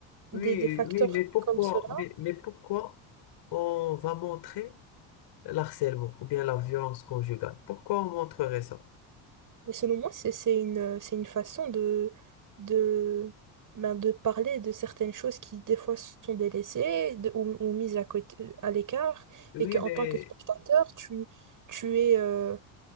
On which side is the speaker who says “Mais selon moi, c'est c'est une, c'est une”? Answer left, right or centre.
Right